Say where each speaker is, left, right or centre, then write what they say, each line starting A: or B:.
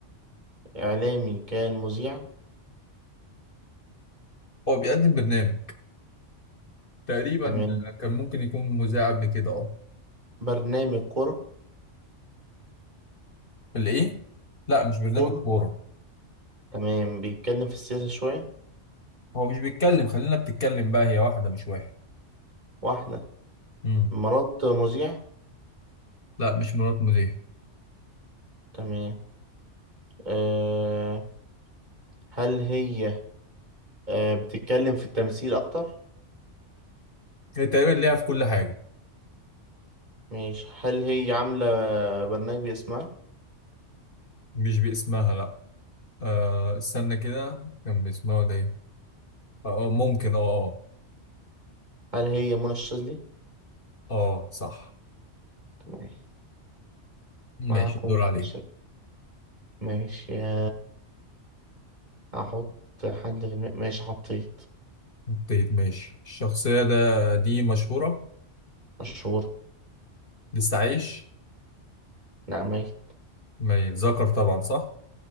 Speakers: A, on the right; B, on the left.
A: إعلامي كان مذيع
B: هو بيقدم برنامج تقريبا
A: تمام
B: كان ممكن يكون مذيع قبل كده اه
A: برنامج كرة
B: الايه لا مش برنامج
A: كرة
B: كورة
A: تمام بيتكلم في السياسة شوية
B: هو مش بيتكلم خلينا بتتكلم بقى هي واحدة مش واحد
A: واحدة
B: امم
A: مرات مذيع
B: لا مش مرات مذيع
A: تمام أه هل هي أه بتتكلم في التمثيل أكتر؟
B: هي تقريبا ليها في كل حاجة
A: ماشي هل هي عاملة برنامج باسمها؟
B: مش باسمها لا آه استنى كده كان باسمها ده ايه اه آه، ممكن اه اه
A: هل هي منى الشاذلي؟
B: اه صح
A: تمام
B: ماشي
A: معاكم
B: الدور
A: منى
B: عليك
A: الشاذلي. ماشي يا احط حد في الم... ماشي حطيت
B: ابتديت ماشي الشخصية ده دي مشهورة
A: مشهور
B: لسه عايش
A: نعمية
B: ميت ذكر طبعا صح